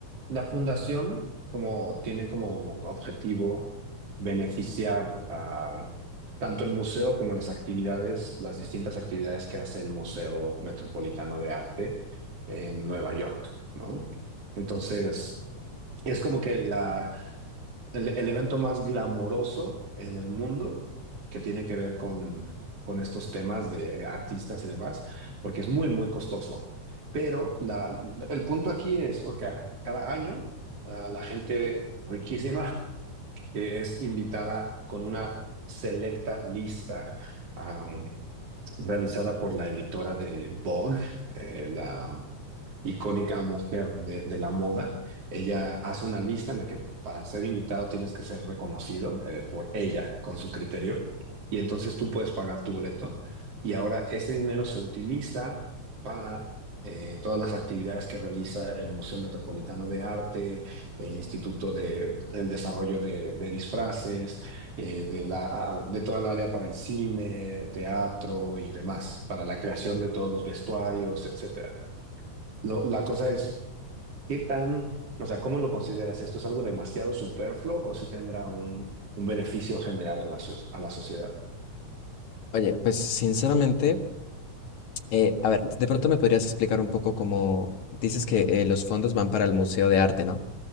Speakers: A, on the right; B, on the left.
A: la fundación como tiene como objetivo beneficiar a tanto el museo como las actividades, las distintas actividades que hace el Museo Metropolitano de Arte en Nueva York, ¿no? Entonces, es como que la, el, el evento más glamoroso en el mundo que tiene que ver con, con estos temas de eh, artistas y demás, porque es muy, muy costoso. Pero la- el punto aquí es, o sea, cada año la, la gente riquísima que es invitada con una selecta lista am, realizada por la editora de Vogue, eh, la, icónica mujer de, de la moda. Ella hace una lista en la que para ser invitado tienes que ser reconocido eh, por ella, con su criterio, y entonces tú puedes pagar tu boleto. Y ahora ese dinero se utiliza para eh, todas las actividades que realiza el Museo Metropolitano de Arte, el Instituto de el Desarrollo de, de Disfraces, eh, de la, ah, de toda el área para el cine, teatro y demás, para la creación de todos los vestuarios, etcétera. Lo- la cosa es, ¿qué tan, o sea, cómo lo consideras? ¿Esto es algo demasiado superfluo o si tendrá un, un beneficio general a la, so- a la sociedad?
B: Oye, pues sinceramente. Eh, a ver, de pronto me podrías explicar un poco cómo dices que eh, los fondos van para el Museo de Arte, ¿no?